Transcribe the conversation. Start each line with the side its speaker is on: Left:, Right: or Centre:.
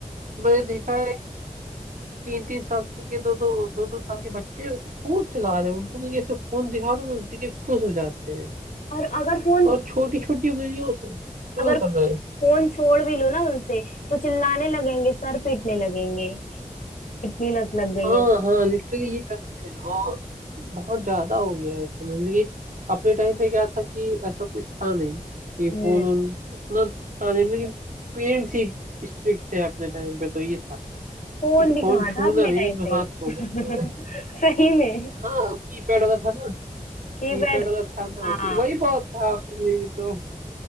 Right: मैंने देखा है कि तीन तीन साल के दो दो दो दो साल के बच्चे फोन चला रहे हैं उनको बल्कि ऐसे फोन दिखा दो तो देखे खुश हो जाते हैं
Left: और अगर फोन
Right: और छोटी छोटी उंगलियों से स्क्रॉल
Left: अगर
Right: कर रहे हैं
Left: फोन छोड़ भी लूँ ना उनसे तो चिल्लाने लगेंगे सर पीटने लगेंगे कितनी लत लग गई
Right: हाँ
Left: है
Right: हाँ लिटरली ये करते हैं और बहुत ज्यादा हो गया है ऐसे मतलब कि अपने टाइम पे क्या था कि ऐसा कुछ था नहीं कि
Left: हम्म
Right: फोन उन इतना था नहीं लेकिन पेरेंट्स ही स्ट्रिक्ट थे अपने टाइम पे तो ये था
Left: फोन
Right: कि
Left: भी
Right: फोन
Left: कहाँ
Right: छूना
Left: था अपने
Right: नहीं
Left: टाइम
Right: नहीं तो
Left: पे
Right: हाथ तोड़
Left: <laughs>
Right: देंगे
Left: सही में
Right: हाँ कीपैड वाला था ना
Left: कीपैड
Right: कीपैड वाला था ना
Left: हाँ
Right: उसी वही बहुत था आपके लिए तो